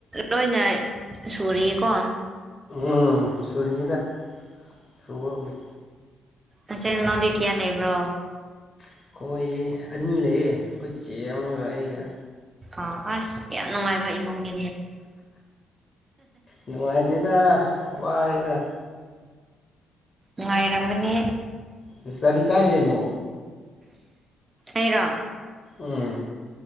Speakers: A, on the right (about 25°); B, on the left (about 30°).
A: ꯂꯣꯏꯅ ꯁꯨꯔꯤꯌꯦꯀꯣ
B: ꯎꯝ ꯁꯨꯔꯗ ꯁꯕꯒꯦ
A: ꯑꯁ ꯅꯗ ꯀꯌꯥ ꯂꯩꯕ꯭ꯔꯣ
B: ꯑꯩꯈꯣꯏ ꯑꯅꯤ ꯂꯩ ꯑꯩꯈꯣꯏ ꯆꯦ ꯑꯃꯒ ꯑꯩꯒ
A: ꯑꯣ ꯑꯁ ꯌꯥꯝ ꯅꯨꯡꯉꯥꯏꯕ ꯏꯃꯨꯡꯒꯤ
B: ꯅꯨꯡꯉꯥꯏꯇꯦꯗ ꯋꯥꯏꯗ
A: ꯉ ꯉꯥꯏꯔꯝꯕꯅꯤ
B: ꯕꯤꯤꯁ ꯇꯔꯤ ꯀꯥꯏꯗꯅꯣ
A: ꯑꯩꯔꯣ
B: ꯎꯝ